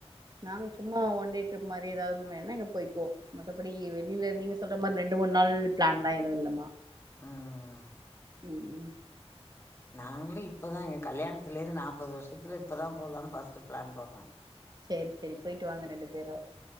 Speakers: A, on the right (about 40°); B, on the left (about 25°).
A: நாங்க சும்மா ஒன்டே ட்ரிப் மாரி ஏதாவ்து வேணுா ஊங்க பொய்க்குவோ மத்தபடி வெளியில நீங்க சொல்ற மாரி ரெண்டு மூணு நாள் பிளான்லா எதுவு இல்லமா
B: அ அ அ
A: ம் ம்
B: நாங்ளு இப்போதா எங்க கல்யாணத்துலயிருந்து நாற்பது வருஷத்துல இப்போதா போலான்னு பஸ்ட்டு பிளான் போட்றே
A: சேரி சேரி போய்ட்டு வாங்க ரெண்டு பேரு